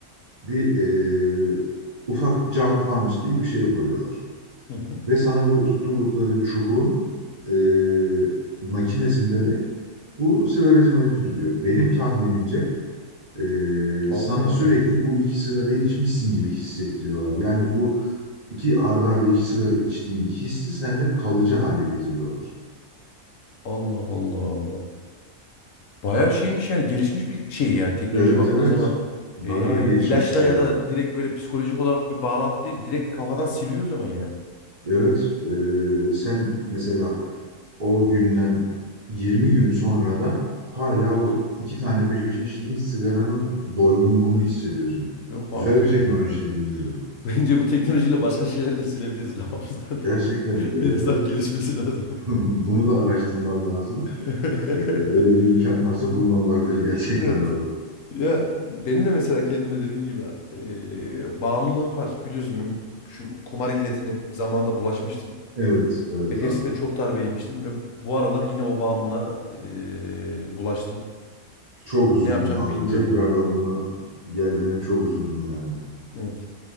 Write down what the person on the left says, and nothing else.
Hı hı.
Allah
Allah.
Allah Allah. Bayağı şeymiş yani gelişmiş bir şey yani teknoloji
baktığın
zaman
e,
ilaçla
ya
da direkt böyle psikolojik olarak bir bağlantı değil direkt kafadan siliyor o zaman yani.
Hı
hı.
Yok
artık
ya bu.
<laughs> Bence bu teknolojiyle başka şeyleri de silebiliriz kafamızdan
da. <laughs>
Biraz daha gelişmesi lazım.
<laughs>
Evet.
Ya benim de mesela kendime dediğim gibi eee, bağımlılığım var. Biliyorsun ben şu kumar illetine zamanında bulaşmıştım.
Ve gerçekten
çok darbe yemiştim. Ve bu aralar yine o bağımlılığa eee, bulaştım.
Ne yapacağım
bilmiyorum
ya.
Evet.